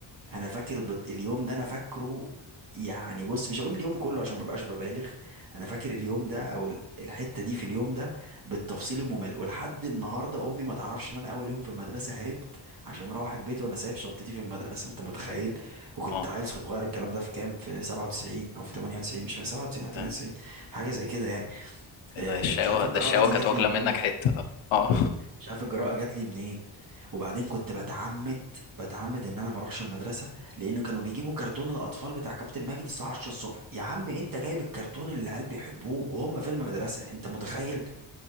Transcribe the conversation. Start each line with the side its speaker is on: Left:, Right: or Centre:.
Right: انا فاكر بت... اليوم ده انا فاكره يعني بص مش هقول اليوم كله عشان مبقاش ببالغ انا فاكر اليوم ده او ال- الحتة دي في اليوم ده بالتفصيل الممل ولحد النهاردة امي ما تعرفش ان انا اول يوم في المدرسة هربت عشان اروح البيت وانا سايب شنطتي في المدرسة انت متخيل وكنت
Left: اه
Right: عيل صغير الكلام ده في كام في 97 او في 98 مش فاكر 97 او
Left: تمام.
Right: 98 حاجة زي كده يعني
Left: ده
Right: أه
Left: الشقاوه
Right: مش عارف الجراءة
Left: ده الشقاوه
Right: دي
Left: كانت
Right: جات
Left: واكله
Right: لي منين
Left: منك حته اه
Right: مش عارف الجراءه جات لي منين وبعدين كنت بتعمد بتعمد ان انا ما اروحش المدرسه لانه كانوا بيجيبوا كرتون الاطفال بتاع كابتن ماجد الساعه 10 الصبح يا عم انت جايب الكرتون اللي العيال بيحبوه وهم في المدرسه انت متخيل